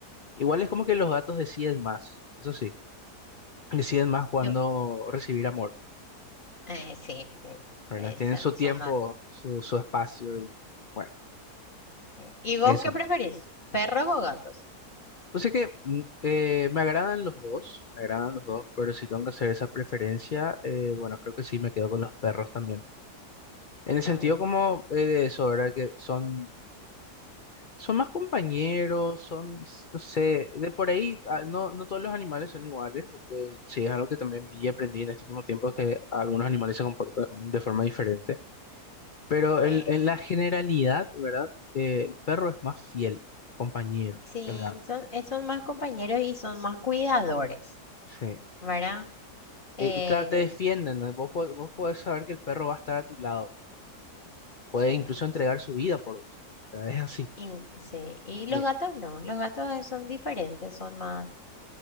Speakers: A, on the left; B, on the left.
A: Igual es como que los gatos deciden más, eso sí, deciden más cuando
B: yo,
A: recibir amor,
B: eh, sí, sí,
A: ¿verdad?
B: esa-
A: Tienen su
B: son
A: tiempo,
B: más.
A: su, su espacio y bueno,
B: eh. ¿Y vos
A: eso.
B: qué preferís? ¿Perros o gatos?
A: Pues es que mm, eh, me agradan los dos, me agradan los dos, pero si tengo que hacer esa preferencia, eh, bueno, creo que sí, me quedo con los perros también. En el sentido
B: También.
A: como eh, de eso, ¿verdad? Que son Son más compañeros, son, s- no sé, de por ahí, ah, no, no todos los animales son iguales. eh, sí, es algo que también vi y aprendí en este último tiempo, que algunos animales se comportan de forma diferente. Pero
B: eh,
A: el- en la generalidad, ¿verdad? Eh, el perro es más fiel, compañero,
B: Sí,
A: que el gato.
B: son, eh, son más compañeros y son más cuidadores,
A: Sí.
B: ¿verdad?
A: E-
B: Eh,
A: y claro, te defienden, ¿no? Vos, po- vos podés saber que el perro va a estar a tu lado, puede
B: Sí,
A: incluso entregar su vida por vos. ¿verdad? Es así.
B: in- sí. Y los
A: Y-
B: gatos no, los gatos eh, son diferentes, son más,